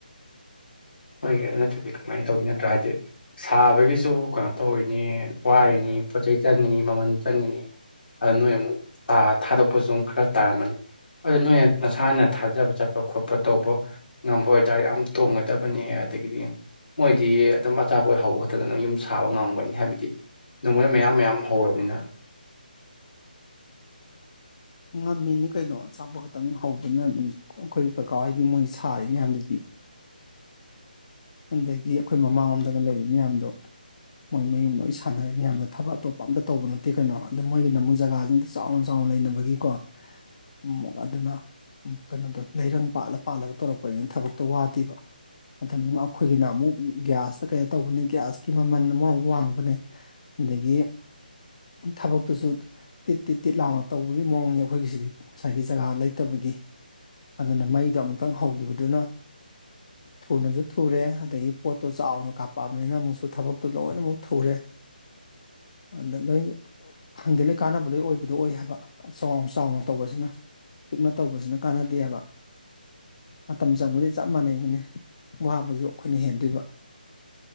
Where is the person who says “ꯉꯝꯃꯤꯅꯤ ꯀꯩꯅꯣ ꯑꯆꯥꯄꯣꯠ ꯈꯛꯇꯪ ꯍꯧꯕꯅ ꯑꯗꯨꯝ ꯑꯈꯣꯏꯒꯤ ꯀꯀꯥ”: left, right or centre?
Left